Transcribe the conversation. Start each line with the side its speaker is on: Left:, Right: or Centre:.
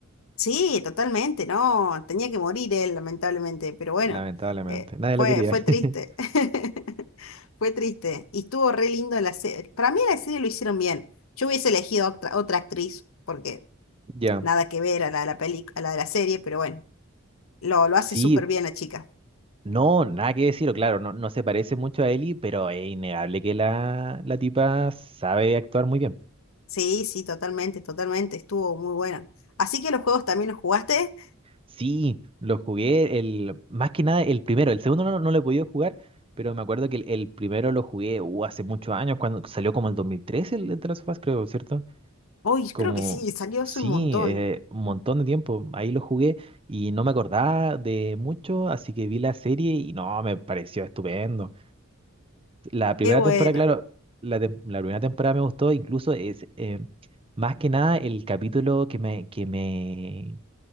Left: Sí, totalmente, no, tenía que morir él, lamentablemente, pero bueno,
Right: lamentablemente,
Left: eh,
Right: nadie
Left: fue,
Right: lo quería.
Left: fue triste,
Right: <laughs>
Left: <laughs> fue triste, y estuvo re lindo la serie, para mí la serie lo hicieron bien, yo hubiese elegido otra, otra actriz, porque
Right: Ya,
Left: nada que ver a la de la peli, a la de la serie, pero bueno, lo, lo hace
Right: Sí,
Left: súper bien la chica,
Right: no, nada que decir, o claro, no, no se parece mucho a Ellie, pero es innegable que la, la tipa sabe actuar muy bien.
Left: sí, sí, totalmente, totalmente, estuvo muy buena, así que los juegos también los jugaste,
Right: Sí, lo jugué el, más que nada el primero, el segundo no, no lo he podido jugar, pero me acuerdo que el, el primero lo jugué uh, hace muchos años, cuando salió como el 2013 el, el The Last of Us, creo, ¿cierto?
Left: uy,
Right: Como,
Left: creo que sí, salió
Right: sí,
Left: hace un montón,
Right: eh, un montón de tiempo, ahí lo jugué y no me acordaba de mucho, así que vi la serie y no, me pareció estupendo. La primera
Left: qué buena,
Right: temporada, claro, la, tem- la primera temporada me gustó, incluso es... eh, más que nada el capítulo que me, que me